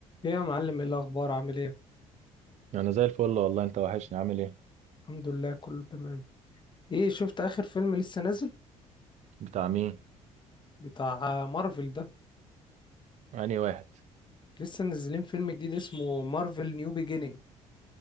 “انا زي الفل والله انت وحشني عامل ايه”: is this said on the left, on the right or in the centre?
Right